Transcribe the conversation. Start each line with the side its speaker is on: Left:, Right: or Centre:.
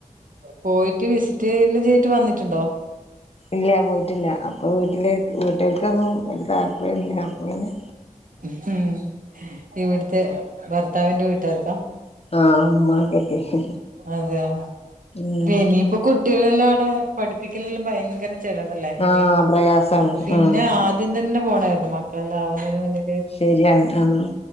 Right: പോയിട്ട് വിസിറ്റ്ല്ല് ചെയ്തിട്ട് വന്നിട്ടുണ്ടോ?
Left: ഇല്ല പോയിട്ടില്ല അപ്പൊ വീട്ടിലെ വീട്ടാർക്കൊന്നും വല്ല്യ താല്പര്യം ഇല്ല അപ്പ പിന്നെ.
Right: മ് ഇവിട്ത്തെ ഭർത്താവിന്റെ വീട്ട്കാർക്കാ.
Left: ആഹ്. ഉമ്മാക്കൊക്കെ
Right: അതെയോ
Left: ഉം
Right: ഇനിയിപ്പോ കുട്ടികളെല്ലാംആടെ പഠിപ്പിക്കലിന് ഭയങ്കര ചെലവല്ലേ
Left: ആഹ്
Right: ഇനിയിപ്പോ
Left: പ്രയാസാണ്
Right: പിന്നെ
Left: ആഹ്
Right: ആ ആദ്യം തന്നെ പോണായിരുന്നു മക്കളെല്ലാംവുന്നെന് മുന്നെ
Left: ശെരിയാണ് ആഹ്